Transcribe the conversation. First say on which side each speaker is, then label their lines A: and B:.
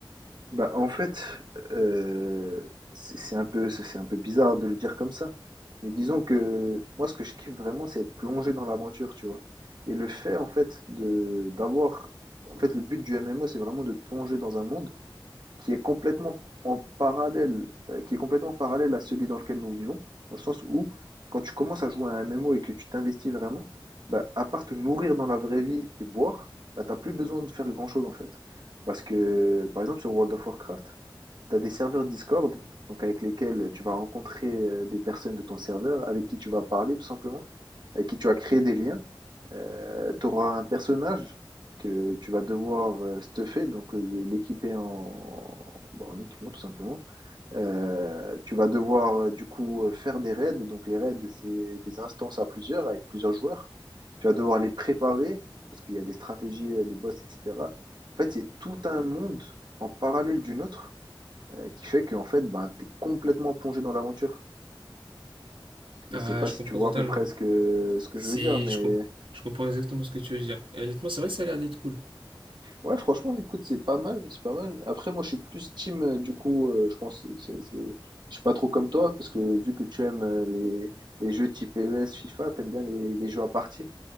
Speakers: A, on the right (about 60°); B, on the right (about 75°).
A: bah en fait euh, c'est c'est un peu c'est un peu bizarre de le dire comme ça. Mais disons que moi ce que je kiffe vraiment c'est être plongé dans l'aventure, tu vois. Et le fait en fait de d'avoir en fait le but du MMO c'est vraiment de te plonger dans un monde qui est complètement en parallèle, euh, qui est complètement parallèle à celui dans lequel nous vivons, dans le sens où quand tu commences à jouer à un MMO et que tu t'investis vraiment, bah, à part te nourrir dans la vraie vie et boire, bah, t'as plus besoin de faire grand-chose en fait. Parce que, par exemple, sur World of Warcraft, tu as des serveurs Discord, donc avec lesquels tu vas rencontrer euh, des personnes de ton serveur, avec qui tu vas parler tout simplement, avec qui tu vas créer des liens. tu auras un personnage que tu vas devoir euh, stuffer, donc le- l'équiper en, bon, en équipement tout simplement. Euh, tu vas devoir euh, du coup euh, faire des raids, donc les raids c'est des instances à plusieurs, avec plusieurs joueurs. Tu vas devoir les préparer, parce qu'il y a des stratégies euh, de boss, etc. En fait, c'est tout un monde en parallèle d'une autre euh, qui fait que en fait, ben, t'es complètement plongé dans l'aventure. Je
B: Ah,
A: sais pas
B: je
A: si
B: comprends
A: tu vois
B: totalement.
A: à peu près ce que, ce que
B: Si
A: je veux dire, mais
B: je, comp- je comprends exactement ce que tu veux dire. Et honnêtement, c'est vrai que ça a l'air d'être cool.
A: ouais, franchement, écoute, c'est pas mal, c'est pas mal. Après, moi, je suis plus team, euh, du coup, euh, je pense, que c'est, c'est, je suis pas trop comme toi, parce que vu que tu aimes euh, les, les jeux type P E S, FIFA, t'aimes bien les, les jeux à partie,